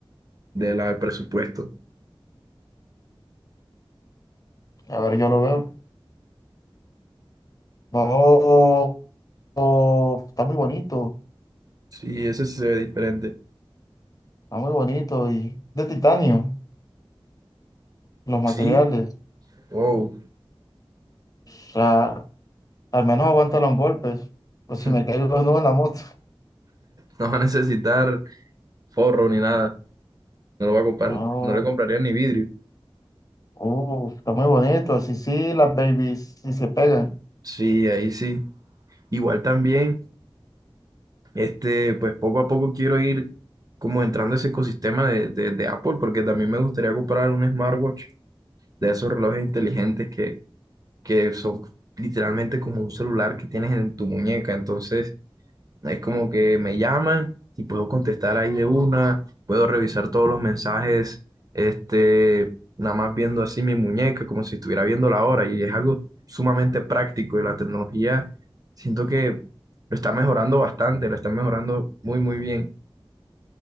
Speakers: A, on the right; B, on the left.
A: de la- del presupuesto.
B: a ver, yo lo veo. Oh, oh, está muy bonito,
A: Sí, ese sí se ve diferente.
B: está muy bonito y de titanio, los materiales.
A: Sí, wow.
B: O sea, al menos aguanta los golpes. Pues si
A: <laughs>
B: me caigo de nuevo en la moto.
A: No va a necesitar forro ni nada. No lo va a comprar,
B: <laughs>
A: no le compraría ni vidrio.
B: Oh, uh, está muy bonito, así sí, las babies, si se pegan.
A: Sí, ahí sí. Igual también. Este, pues poco a poco quiero ir como entrando a ese ecosistema de, de- de Apple, porque también me gustaría comprar un smartwatch de esos relojes inteligentes que, que son literalmente como un celular que tienes en tu muñeca. Entonces, es como que me llaman y puedo contestar ahí de una, puedo revisar todos los mensajes, este, nada más viendo así mi muñeca, como si estuviera viendo la hora, y es algo sumamente práctico y la tecnología siento que lo está mejorando bastante, la está mejorando muy, muy bien.